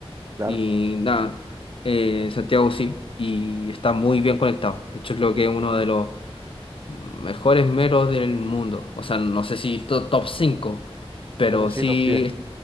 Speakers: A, on the right; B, on the left.
A: claro.
B: Y nada, eh, Santiago sí, y está muy bien conectado. De hecho, creo que es uno de los Mejores meros del mundo. O sea, no sé si to- top 5, pero
A: Pero sí,
B: sí,
A: top diez.